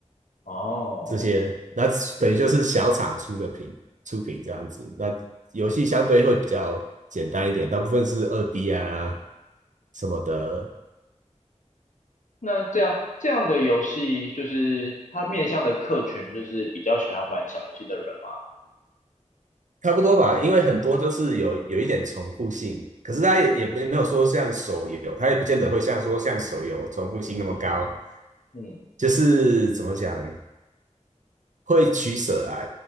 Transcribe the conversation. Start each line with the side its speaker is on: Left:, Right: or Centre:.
Left: 哦，
Right: 这些，那等于就是小厂出的品出品这样子。那游戏相对会比较简单一点，大部分是二 D 啊什么的，
Left: 那这样这样的游戏，就是它面向的客群，就是比较喜欢玩小游戏的人吗？
Right: 差不多吧。因为很多就是有有一点重复性，可是它也也没没有说像手游，
Left: 嗯
Right: 它也不见得会像说像手游重复性那么高。
Left: 嗯
Right: 就是怎么讲，会取舍啊。